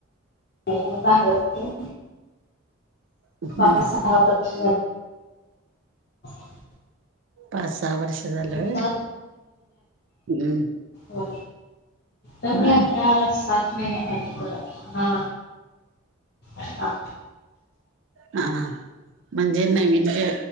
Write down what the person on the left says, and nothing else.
बाहेर
पाच सहा वर्ष <inaudible>
इथं
हो बम
आता सात महिने ह कड हा हा